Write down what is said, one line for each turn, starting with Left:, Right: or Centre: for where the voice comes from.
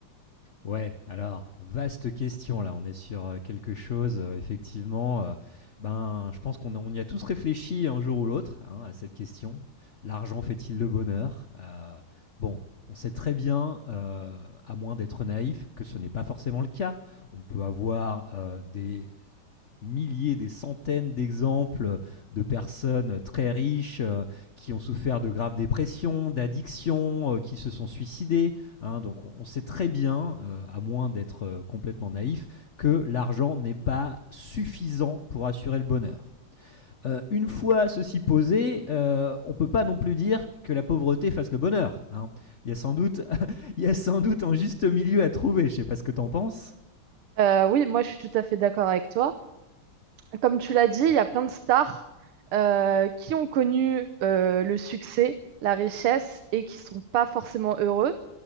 Left: Ouais, alors, vaste question là, on est sur euh, quelque chose, euh, effectivement, euh, ben, je pense qu'on on y a tous réfléchi un jour ou l'autre hein, à cette question. L'argent fait-il le bonheur? Euh, bon, on sait très bien, euh, à moins d'être naïf, que ce n'est pas forcément le cas. On peut avoir euh, des milliers, des centaines d'exemples de personnes très riches euh, qui ont souffert de graves dépressions, d'addictions, euh, qui se sont suicidées. hein. donc on, on sait très bien, euh, à moins d'être euh, complètement naïf, que l'argent n'est pas suffisant pour assurer le bonheur. Euh, une fois ceci posé, euh, on ne peut pas non plus dire que la pauvreté fasse le bonheur. hein. Il, y a sans doute, <laughs> il y a sans doute un juste milieu à trouver, je ne sais pas ce que t'en penses.
Right: Euh, oui, moi, je suis tout à fait d'accord avec toi. Comme tu l'as dit, il y a plein de stars euh, qui ont connu euh, le succès, la richesse et qui sont pas forcément heureux.